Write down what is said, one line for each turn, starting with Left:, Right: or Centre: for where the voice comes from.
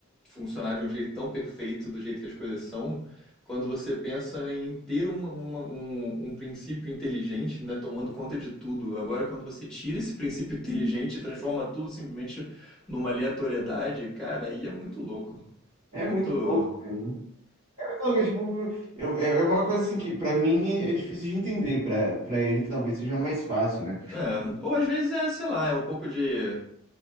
Centre: funcionar de um jeito tão perfeito, do jeito que as coisas são, quando você pensa em ter uma- uma- um, um princípio inteligente, né, tomando conta de tudo. Agora, quando você tira esse princípio <laughs> inteligente e transforma tudo simplesmente numa aleatoriedade, cara, aí é muito louco.
Right: É
Centre: É muito.
Right: muito louco mesmo. É muito louco, é, tipo, eu- é é uma coisa assim que pra mim é difícil de entender, pra para ele talvez seja mais fácil, né?
Centre: É, ou às vezes é, sei lá, é um pouco de,